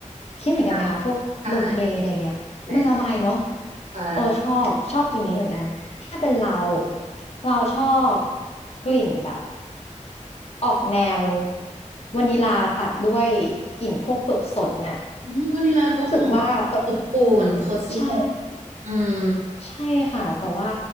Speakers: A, on the left; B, on the right.
A: คิดเหมือนกันไหมคะพวกลมทะเลอะไรเงี้ยมันสบายเนาะ
B: ค่ะใช่ใช่ใช่
A: เออชอบชอบกลิ่นนี้เหมือนกันถ้าเป็นเราเราชอบกลิ่นแบบ ออกแนววานิลาตัดด้วยกลิ่นพวกเปลือกสนน่ะ
B: อืมวานิลาก็หอมอบอุ่นโคซี่โฮม
A: รู้สึกว่าตัวใช่
B: อืม
A: ใช่ค่ะแต่ว่า